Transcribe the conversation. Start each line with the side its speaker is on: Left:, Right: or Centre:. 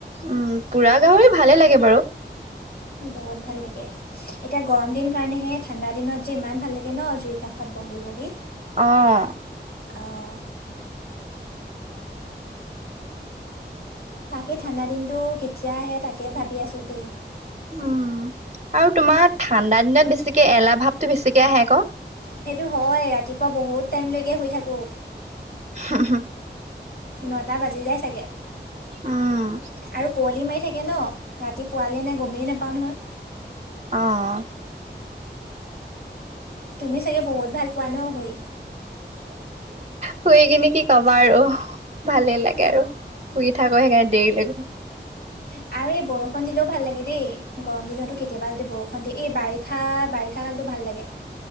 Right: উম, পুৰা গাহৰি ভালে লাগে বাৰু।
Left: বহুত ভাল লাগে এতিয়া গৰম দিন কাৰণেহে, ঠাণ্ডা দিনত যে ইমান ভাল লাগে ন জুই কাস তাত বহি বহি
Right: অ',
Left: অঁ তাকেই ঠাণ্ডা দিনটো কেতিয়া আহে তাকে ভাবি আছোঁ দেই।
Right: উম, আৰু তোমাৰ ঠাণ্ডা দিনত বেছিকে এলাহ ভাৱটো বেছিকে আহে আকৌ।
Left: সেইটো হয়, ৰাতিপুৱা বহুত টাইমলৈকে শুই থাকোঁ।
Right: হু হু।
Left: নটা বাজি যায় চাগে।
Right: উম,
Left: আৰু কুঁৱলী মাৰি থাকে <unintelligible> ন', ৰাতিপুৱালে নে গমেই নেপাওঁ নহয়।
Right: অ'।
Left: তুমি চাগে বহুত ভাল পোৱা ন শুই?
Right: শুই কিনি কি কবা আৰু। ভালেই লাগে
Left: অ
Right: আৰু শুই থাকো সেইকাৰণে দেৰিলৈকে।
Left: আ আৰু এই বৰষুণ দিলেও ভাল লাগে দেই, গৰম দিনতো কেতিয়াবা যদি বৰষুণ দিয় এই বাৰিষা বাৰিষা কালতো ভাল। লাগে।